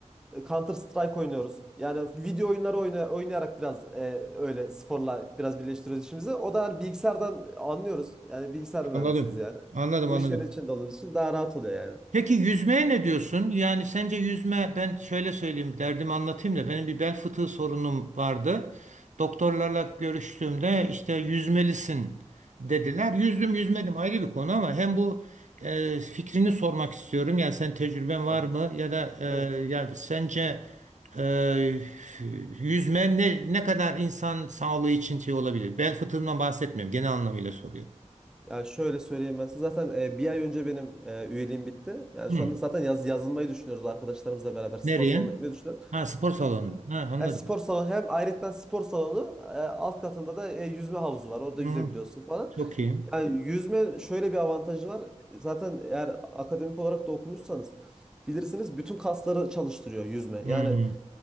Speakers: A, in the centre; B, on the right.
A: Counter Strike oynuyoruz. Yani video oyunları oyna- oynayarak biraz e, öyle sporla biraz birleştiriyoruz işimizi. O da hani bilgisayardan anlıyoruz. Yani bilgisayar mühendisiyiz
B: Anladım.
A: yani.
B: Anladım,
A: Bu
B: anladım.
A: işlerin içinde olduğumuz için daha rahat oluyor yani.
B: Peki yüzmeye ne diyorsun? Yani sence yüzme ben şöyle söyleyeyim derdimi anlatayım da benim bir bel fıtığı sorunum vardı. Doktorlarla görüştüğümde işte yüzmelisin dediler. Yüzdüm yüzmedim ayrı bir konu ama hem bu e, fikrini sormak istiyorum. Yani sen tecrüben
A: Evet.
B: var mı ya da e,
A: Evet.
B: yani sence e, yüzme ne ne kadar insan sağlığı için şey olabilir? Bel fıtığından bahsetmiyorum genel anlamıyla soruyorum.
A: Ya şöyle söyleyeyim ben size. Zaten e, bir ay önce benim e, üyeliğim bitti. Yani
B: Hı.
A: şu anda zaten yaz yazılmayı düşünüyoruz arkadaşlarımızla beraber. Spor
B: Nereye?
A: salonuna gitmeyi düşünüyoruz.
B: Ha spor salonu. Ha anladım.
A: Yani spor salonu hem ayrıca spor salonu e, alt katında da e, yüzme havuzu var. Orada yüzebiliyorsun
B: Hı.
A: falan.
B: Çok iyi.
A: Yani yüzme şöyle bir avantajı var. Zaten eğer akademik olarak da okumuşsanız bilirsiniz bütün kasları çalıştırıyor yüzme.
B: Hmm.
A: Yani